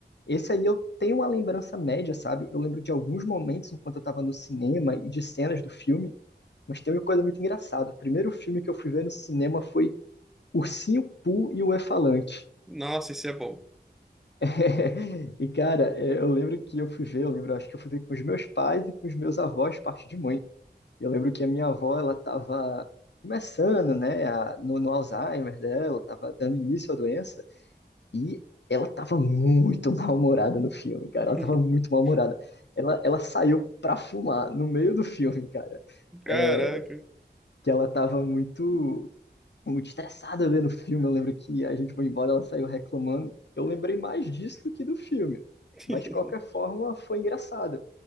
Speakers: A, on the left; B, in the centre.
A: Esse aí eu tenho uma lembrança média, sabe? Eu lembro de alguns momentos enquanto eu estava no cinema e de cenas do filme, mas tem uma coisa muito engraçada. O primeiro filme que eu fui ver no cinema foi Ursinho Pooh e o E-Falante.
B: Nossa, isso é bom.
A: <laughs> E cara, é, eu lembro que eu fui ver, eu lembro, eu acho que eu fui ver com os meus pais e com os meus avós, parte de mãe. Eu lembro que a minha avó, ela tava começando, né, a- no, no Alzheimer dela, tava dando início à doença. E ela tava muito <laughs> mal-humorada no filme, cara.
B: <laughs>
A: Ela tava muito mal-humorada. Ela, ela saiu pra fumar no meio do filme, cara.
B: Caraca.
A: É, que ela tava muito, muito estressada vendo o filme. Eu lembro que a gente foi embora, ela saiu reclamando. Eu lembrei mais disso do que do filme.
B: <laughs>
A: Mas, de qualquer forma, foi engraçado.